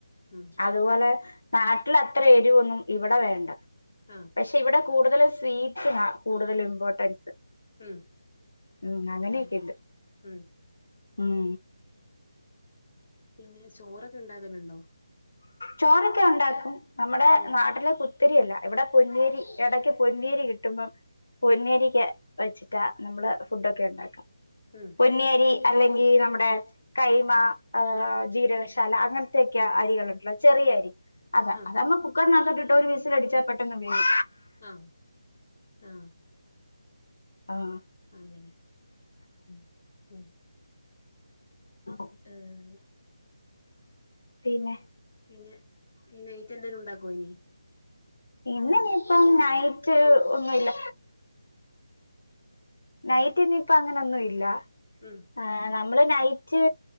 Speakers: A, on the left; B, on the left.
A: ഉം
B: അതുപോലെ നാട്ടിൽ അത്ര ഏരിവുന്നും ഇവടെ വേണ്ട
A: ആഹ്
B: പക്ഷെ ഇവിടെ കൂടുതലും സ്വീറ്റ്സിനാ കൂടുതലും ഇമ്പോട്ടൻസ്
A: ഉം
B: ഉം അങ്ങനെയൊക്കെണ്ട്
A: ആഹ് ഉം
B: ഉം
A: പിന്നെ ചോറക്കെ ഇണ്ടാക്കല്ണ്ടോ
B: ചോറൊക്കെ ഉണ്ടാക്കും നമ്മടെ
A: ഉം
B: നാട്ടിലെ കു തെരിയല്ല, ഇവിടെ പൊനെരി എടക്ക് പൊനെരി കിട്ടുമ്പം. പൊനെരി കേ വെച്ചിട്ടാ നമ്മള് ഫുഡ് ഒക്കെ ഉണ്ടാക്കാ
A: ഉം
B: പൊന്നിയരി അല്ലെങ്കി നമ്മുടെ കൈമ ജീരകശാല അങ്ങന തെക്യ അരി വെള്ളതില്, ചെറിയ അരി
A: ആഹ്
B: അതാ അതാവുമ്പോ കുക്കറിനകത്തോട്ട് ഇട്ട് ഒരു വിസിൽ അടിച്ചാൽ പെട്ടെന്ന് ഉപയോകി
A: ആഹ് ആഹ്
B: ആഹ്
A: അങ്ങനെ ഉം ഉം
B: <inaudible>
A: ഈഹ്.
B: പിന്നെ?
A: പിന്നെ, ഇനി നൈറ്റ് എന്തേലും ഉണ്ടാക്കോ ഇനി?
B: ഇന്ന് ഇനിയിപ്പം നൈറ്റ് ഒന്നുല്ല. നൈറ്റിന് ഇപ്പ അങ്ങനെയൊന്നു ഇല്ല.
A: ഉം.
B: ആഹ് നമ്മള് നൈറ്റ്